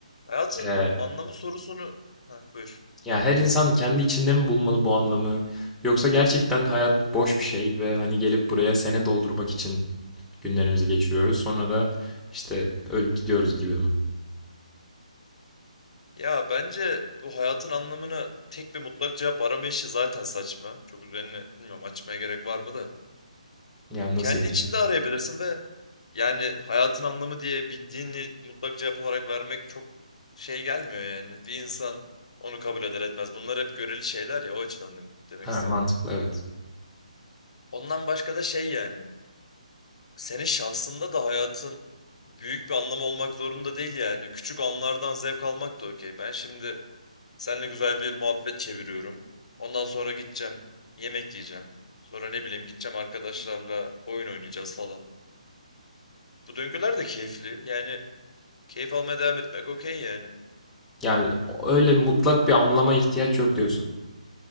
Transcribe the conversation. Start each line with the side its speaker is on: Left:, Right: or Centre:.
Left: Hayatın
Centre: eee,
Left: anlamı sorusunu... Heh, buyur.
Centre: ya her insan kendi içinde mi bulmalı bu anlamı yoksa gerçekten hayat boş bir şey ve hani gelip buraya sene doldurmak için günlerimizi geçiriyoruz sonra da işte ölüp gidiyoruz gibi mi?
Left: Ya bence bu hayatın anlamına tek bir mutlak cevap arama işi zaten saçma. Çok üzerine bilmiyorum açmaya gerek var mı da.
Centre: Yani nasıl
Left: Kendi
Centre: yani?
Left: içinde arayabilirsin ve Yani hayatın anlamı diye bir dini mutlak cevap olarak vermek çok şey gelmiyor yani. Bir insan onu kabul eder etmez. Bunlar hep göreli şeyler ya o açıdan dem- demek
Centre: Ha
Left: istedim.
Centre: mantıklı evet.
Left: Ondan başka da şey yani. Senin şahsında da hayatın büyük bir anlamı olmak zorunda değil yani. Küçük anlardan zevk almak da okey. Ben şimdi seninle güzel bir muhabbet çeviriyorum. Ondan sonra gideceğim, yemek yiyeceğim. Sonra ne bileyim gideceğim arkadaşlarla oyun oynayacağız falan. Bu döngüler de keyifli. Yani keyif almaya devam etmek okey yani.
Centre: Yani öyle mutlak bir anlama ihtiyaç yok diyorsun.